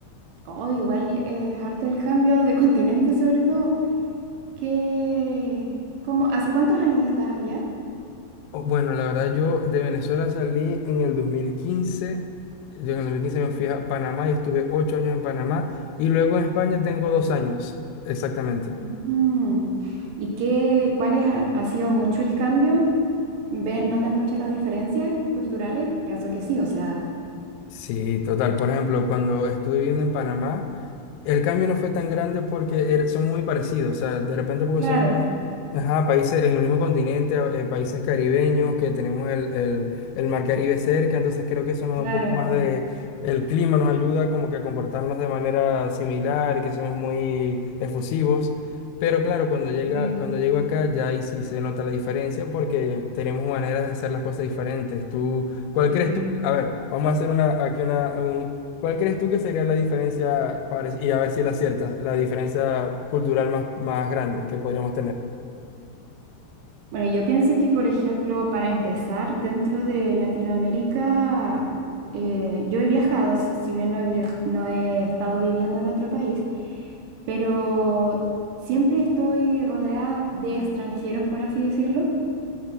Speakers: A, on the right; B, on the left.
A: Oh, igual eh, es harto el cambio de <laughs> continente, sobre todo. ¿Qué, cómo, hace cuántos años estás allá?
B: Oh, Bueno, la verdad yo de Venezuela salí en el 2015. Yo en el 2015 me fui a Panamá y estuve ocho años en Panamá y luego en España tengo dos años, exactamente.
A: Mm, ¿Y qué, cuál es, ha, ha sido mucho el cambio? ¿Ve- notas mucho las diferencias culturales? Pienso que sí, o sea,
B: Sí, total. Por ejemplo, cuando estuve viviendo en Panamá, el cambio no fue tan grande porque er- somos muy parecidos. O sea, de repente porque
A: claro,
B: somos ajá, países en el mismo continente, eh, países caribeños, que tenemos el, el, el mar Caribe cerca, entonces creo que eso nos
A: claro.
B: da un poco más de... El clima nos ayuda como que a comportarnos de manera similar, y que somos muy efusivos. Pero claro, cuando llega,
A: Sí,
B: cuando llego acá, ya ahí sí se nota la diferencia porque tenemos maneras de hacer las cosas diferentes. ¿Tú, cuál
A: sí.
B: crees a ver, vamos a hacer una, aquí una, un- ¿cuál crees tú que sería la diferencia, para- y a ver si la aciertas, la diferencia cultural más, más grande que podríamos tener?
A: Bueno, yo pienso que, por ejemplo, para empezar, dentro de Latinoamérica, eh, yo he viajado, si, si bien no he, viaj- no he estado viviendo en otro país, pero siempre estoy rodeada de extranjeros, por así decirlo.